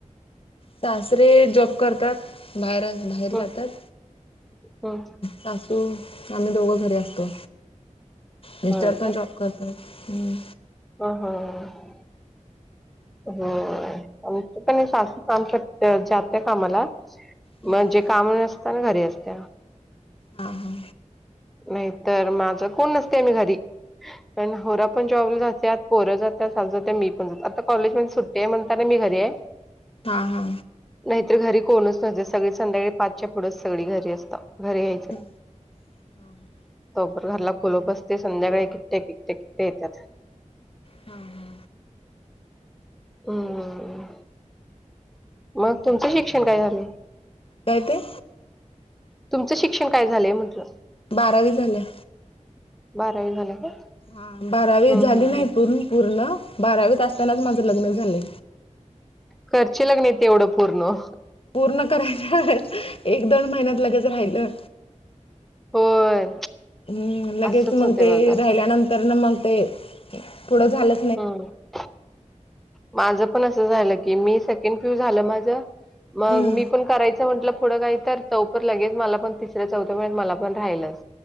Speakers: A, on the left; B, in the centre.
A: सासरे जप करत्यात. बाहेर बाहेर जातात.
B: हं, हं.
A: सासू, आम्ही दोघं घरी असतो, मिस्टर
B: होय
A: पण जॉब करत ह
B: ह ह हो आच पण असस् काम करत जात कामाला
A: हम्म
B: म्हणजे
A: हम्म
B: काम न असता ना घरी असत.
A: हा हा
B: नाही तरर माझं कोण नसते आम्ही घरी पण होरा पण जॉबला जाते पोर जात सा जात्या मी पण जातो आता कॉलेजमध्येध्ये सुट्टी आहे म्हणता मी घरी आहे.
A: हा हा
B: नाहीतर घरी कोणच नव्हते सगळी संध्याकाळी पाचच्या पुढेच सगळी घरी असतात घरी यायच.
A: हा ह
B: सपर घरला खुलप असते संध्याकाळी एककट्या एकट्याट्या येतात.
A: हम ह
B: हम्म मग तुमचं शिक्षण काय झालं.
A: काय ते
B: तुमचं शिक्षण काय झालंय म्हटलं.
A: बारावी झाल्या
B: बारावी झालं का?
A: हा बारावी
B: हम्म
A: झाली
B: हम्म
A: नाही
B: हम्म.
A: प पूर्ण बारावीत असतानाच माझं लग्न झालं.
B: खर्चे लग् नाहीत एवढं पूर्ण
A: पूर्ण करायला एक दोन महिन्यात लगेच राहिलं.
B: होय
A: हम्म लगेच
B: असंच
A: मग
B: होतंय
A: ते
B: बघा.
A: राहिल्यानंतर तर ना मग ते पुढं झालं.
B: हम् माझ पण असं झालं की मी सेकंड फ्यू झालं माझ. मग
A: हम्म
B: मी पण करायचं म्हंटलं. थोडं काही तर चौप लगेच मला पण तिसऱ्या चौथ्या मला पण राहिलंच